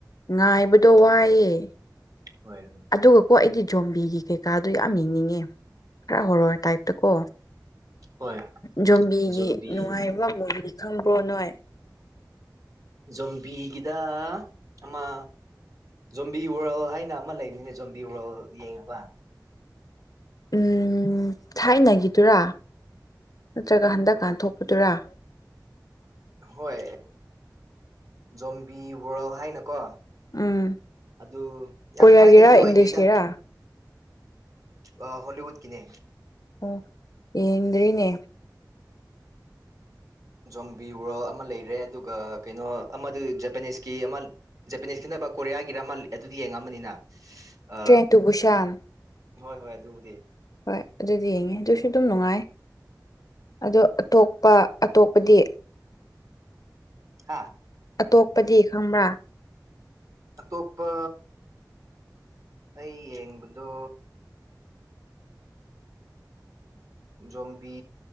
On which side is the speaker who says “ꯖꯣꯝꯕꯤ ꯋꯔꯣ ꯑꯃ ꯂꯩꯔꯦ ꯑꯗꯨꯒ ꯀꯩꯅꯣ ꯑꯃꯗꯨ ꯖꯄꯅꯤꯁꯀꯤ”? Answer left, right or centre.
Right